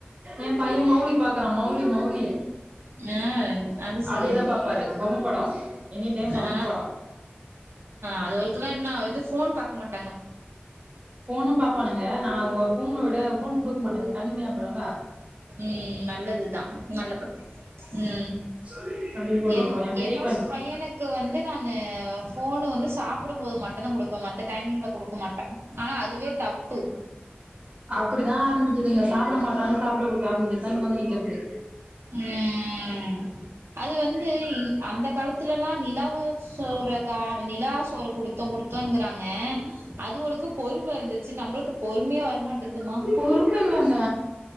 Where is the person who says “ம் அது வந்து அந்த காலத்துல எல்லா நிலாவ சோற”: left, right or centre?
Right